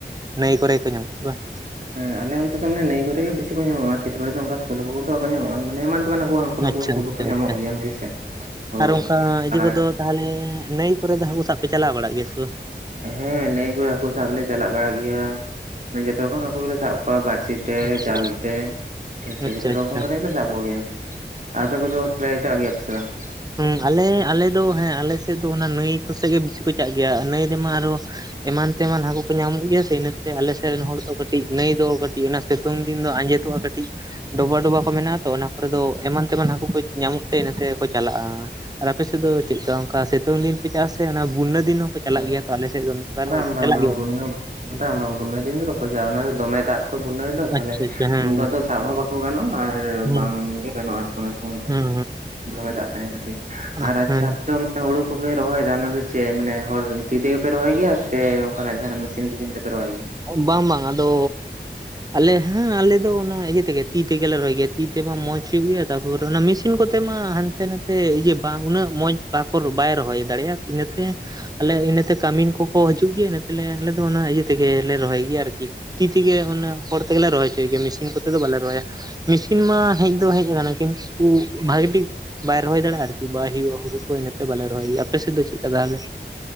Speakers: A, on the right (about 20°); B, on the right (about 45°).
A: ᱱᱟᱹᱭ ᱠᱚᱨᱮ ᱠᱚ ᱧᱟᱢᱚᱜ ᱜᱮ ᱵᱟᱝ
B: ᱮᱸ ᱟᱞᱮ ᱚᱱᱛᱮ ᱫᱚ ᱱᱟᱹᱭ ᱨᱮ ᱜᱮ ᱵᱤᱥᱤ ᱠᱚ ᱧᱟᱢᱚᱜᱼᱟ, ᱠᱷᱮᱛ ᱠᱚᱨᱮ ᱫᱚ ᱚᱱᱠᱟ ᱥᱟᱞ ᱦᱟᱹᱠᱩ ᱠᱚ ᱫᱚ ᱵᱟᱠᱚ ᱧᱟᱢᱚᱜᱼᱟ, ᱮᱢᱟᱱ ᱛᱮᱵᱟᱱᱟ ᱦᱟᱹᱠᱩ ᱠᱚ ᱱᱩᱠᱩ
A: ᱟᱪᱪᱷᱟ
B: ᱦᱟᱹᱠᱩ
A: ᱟᱪᱪᱷᱟ
B: ᱫᱚᱠᱚ ᱧᱟᱢᱚᱜ
A: ᱟᱪᱪᱷᱟ
B: ᱜᱮᱭᱟ ᱦᱳᱭ ᱥᱮ ᱦᱳᱭ
A: ᱟᱨ ᱚᱱᱠᱟ ᱤᱭᱟᱹ
B: ᱟᱨ
A: ᱠᱚᱫᱚ ᱛᱟᱦᱚᱞᱮ ᱱᱟᱹᱭ ᱠᱚᱨᱮ ᱫᱚ ᱦᱟᱹᱠᱩ ᱥᱟᱵ ᱯᱮ ᱪᱟᱞᱟᱣ ᱵᱟᱲᱟᱜ ᱜᱮᱭᱟ ᱥᱮ ᱵᱟᱝ
B: ᱦᱮᱸ ᱱᱟᱹᱭ ᱠᱚᱨᱮ ᱦᱟᱹᱠᱩ ᱥᱟᱵ ᱞᱮ ᱪᱟᱞᱟᱜ ᱵᱟᱲᱟᱜ ᱜᱮᱭᱟ ᱢᱟᱱᱮ ᱡᱚᱛᱚ ᱨᱚᱠᱚᱢ ᱦᱟᱹᱠᱩ ᱜᱮᱞᱮ ᱥᱟᱵ ᱠᱚᱣᱟ ᱵᱟᱲᱥᱤ ᱛᱮ
A: ᱟᱪᱪᱷᱟ
B: ᱡᱟᱞ ᱛᱮ
A: ᱟᱪᱪᱷᱟ
B: ᱡᱚᱛᱚ
A: ᱟᱪᱪᱷᱟ
B: ᱨᱚᱠᱚᱢ ᱠᱟᱛᱮ ᱜᱮᱠᱚ ᱥᱟᱵ ᱠᱚ ᱜᱮᱭᱟ ᱟᱨ ᱟᱯᱮ ᱠᱚᱫᱚ ᱨᱚᱦᱚᱭ ᱠᱟᱜ ᱜᱮᱭᱟ ᱯᱮ ᱥᱮ ᱵᱟᱝ?
A: ᱦᱮᱸ ᱟᱞᱮ ᱟᱞᱮ ᱫᱚ ᱦᱮᱸ ᱟᱞᱮ ᱥᱮᱫ ᱫᱚ ᱚᱱᱟ ᱱᱟᱹᱭ ᱠᱚᱥᱮᱫ ᱜᱮ ᱵᱮᱥᱤ ᱠᱚ ᱪᱟᱜ ᱜᱮᱭᱟ ᱱᱟᱹᱭ ᱨᱮᱢᱟ ᱟᱨᱚ ᱮᱢᱟᱱ ᱛᱮᱢᱟᱱ ᱦᱟᱹᱠᱩ ᱠᱚ ᱧᱟᱢᱚᱜ ᱜᱮᱭᱟ ᱥᱮ ᱤᱱᱟᱹᱛᱮ ᱟᱞᱮ ᱥᱮᱫ ᱨᱮᱱ ᱦᱚᱲ ᱫᱚ ᱠᱟᱹᱴᱤᱡ ᱱᱟᱹᱭ ᱫᱚ ᱚᱱᱟ ᱥᱤᱛᱳᱝ ᱫᱤᱱ ᱫᱚ ᱟᱸᱡᱮᱫᱚᱜᱼᱟ ᱠᱟᱹᱴᱤᱡ ᱾ ᱰᱚᱵᱟ ᱰᱚᱵᱟ ᱠᱚ ᱢᱮᱱᱟᱜᱼᱟ ᱛᱚ ᱚᱱᱟ ᱠᱚᱨᱮ ᱫᱚ ᱮᱢᱟᱱ ᱛᱮᱢᱟᱱ ᱦᱟᱹᱠᱩ ᱠᱚ ᱧᱟᱢᱚᱢ ᱛᱮ ᱤᱱᱟᱹᱛᱮ ᱠᱚ ᱪᱟᱞᱟᱜᱼᱟ ᱟᱨ ᱟᱯᱮ ᱥᱮᱫ ᱫᱚ ᱪᱮᱫᱠᱟ ᱚᱱᱠᱟ ᱥᱤᱛᱳᱝ ᱫᱤᱱ ᱯᱮ ᱪᱟᱜ ᱟᱥᱮ ᱚᱱᱟ ᱵᱩᱱᱱᱟ ᱫᱤᱱ ᱦᱚᱸ ᱪᱟᱞᱟᱜ
B: ᱦᱳᱭ
A: ᱜᱮᱭᱟ ᱛᱚ ᱟᱞᱮ ᱥᱮᱫ ᱫᱚ ᱢᱤᱫ ᱵᱟᱨ
B: ᱵᱟᱝ
A: ᱦᱚᱲ
B: ᱵᱟᱝ
A: ᱪᱟᱞᱟᱜ
B: ᱵᱟᱝ
A: ᱜᱮᱭᱟ
B: ᱵᱚᱱᱱᱟ
A: ᱠᱚ ᱾
B: ᱵᱟᱝ ᱵᱟᱝ ᱵᱩᱱᱟᱹ ᱫᱤᱱ ᱫᱚ ᱵᱟᱠᱚ ᱪᱟᱜᱼᱟ ᱚᱱᱟ ᱫᱚ ᱫᱚᱢᱮ ᱫᱟᱜ ᱾ <unintelligible> ᱛᱟᱦᱚᱞᱮ
A: ᱟᱪᱪᱷᱟ ᱟᱪᱪᱷᱟ ᱦᱮᱸ
B: ᱩᱱᱫᱚ ᱟᱫᱚ ᱥᱟᱵ ᱦᱚᱸ ᱵᱟᱠᱚ ᱜᱟᱱᱚᱜᱼᱟ ᱟᱨ
A: ᱦᱮᱸ
B: ᱵᱟᱝ ᱜᱮ ᱜᱟᱱᱚᱜᱼᱟ ᱟᱨᱠᱤ ᱚᱱᱟ ᱥᱚᱢᱚᱭ ᱫᱚ
A: ᱦᱮᱸ
B: ᱫᱚᱢᱮ ᱫᱟᱜ ᱛᱟᱦᱮᱸ ᱠᱷᱟᱹᱛᱤᱨ ᱾
A: ᱦᱮᱸ
B: ᱟᱨ ᱟᱪᱪᱷᱟ
A: ᱦᱮᱸ
B: ᱟᱯᱮ <inaudible> ᱦᱩᱲᱩ ᱠᱚᱯᱮ ᱨᱚᱦᱚᱭᱫᱟ ᱚᱱᱟ ᱫᱚ ᱪᱮᱫ ᱢᱟᱱᱮ ᱦᱚᱲ ᱛᱤ ᱛᱮᱜᱮ ᱯᱮ ᱨᱚᱦᱚᱭ ᱜᱮᱭᱟ? ᱥᱮ ᱚᱱᱠᱟᱱᱟᱜ ᱡᱟᱦᱟᱱ ᱢᱤᱥᱤᱱ ᱯᱤᱥᱤᱱ ᱛᱮᱯᱮ ᱨᱚᱦᱚᱭ ᱜᱮᱭᱟ?
A: ᱵᱟᱝ ᱵᱟᱝ ᱟᱫᱚ ᱟᱞᱮ ᱦᱮᱸ ᱟᱞᱮ ᱫᱚ ᱚᱱᱟ ᱤᱭᱟᱹ ᱛᱮᱜᱮ ᱛᱤ ᱛᱮᱜᱮᱞᱮ ᱨᱚᱦᱚᱭ ᱜᱮᱭᱟ ᱛᱤ ᱛᱮᱢᱟ ᱢᱚᱸᱡᱽ ᱦᱳᱭᱳᱜ ᱜᱮᱭᱟ ᱛᱟᱯᱚᱨ ᱚᱱᱟ ᱢᱤᱥ ᱤᱥᱤᱱ ᱠᱚᱛᱮ ᱢᱟ ᱦᱟᱱᱛᱮ ᱱᱟᱛᱮ ᱤᱭᱟᱹ ᱵᱟᱝ ᱩᱱᱟᱹᱜ ᱢᱚᱸᱡᱽ ᱵᱟᱠᱚ ᱵᱟᱭ ᱨᱚᱦᱚᱭ ᱫᱟᱲᱮᱭᱟᱜ ᱤᱱᱟᱹᱛᱮ ᱟᱞᱮ ᱤᱱᱟᱹᱛᱮ ᱠᱟᱹᱢᱤᱱ ᱠᱚᱠᱚ ᱦᱤᱡᱩᱜ ᱜᱮᱭᱟ ᱤᱱᱟᱹᱛᱮᱞᱮ ᱟᱞᱮ ᱫᱚ ᱚᱱᱟ ᱤᱭᱟᱹ ᱛᱮᱜᱮᱞᱮ ᱨᱚᱦᱚᱭ ᱜᱮᱭᱟ ᱟᱨᱠᱤ ᱛᱤ ᱛᱮᱜᱮ ᱦᱚᱲ ᱛᱮᱜᱮ ᱨᱚᱦᱚᱭ ᱦᱚᱪᱚᱭ ᱜᱮᱭᱟ ᱢᱮᱥᱤᱱ ᱠᱚᱛᱮ ᱫᱚ ᱵᱟᱞᱮ ᱨᱚᱦᱚᱭᱟ ᱢᱮᱥᱤᱱ ᱢᱟ ᱦᱮᱡ ᱫᱚ ᱦᱮᱡ ᱠᱟᱱᱟ ᱠᱤᱱᱛᱩ ᱵᱷᱟᱜᱮ ᱴᱷᱤᱠ ᱵᱟᱭ ᱨᱚᱦᱚᱭ ᱫᱟᱲᱮᱭᱟᱜᱼᱟ ᱟᱨᱠᱤ ᱵᱟᱭ ᱦᱩᱭᱩᱜᱼᱟ ᱦᱩᱲᱩ ᱠᱚ ᱤᱱᱟᱹᱛᱮ ᱵᱟᱞᱮ ᱨᱚᱦᱚᱭ ᱜᱮᱭᱟ ᱟᱯᱮ ᱥᱮᱫ ᱫᱚ ᱪᱮᱫᱠᱟ ᱛᱟᱦᱚᱞᱮ?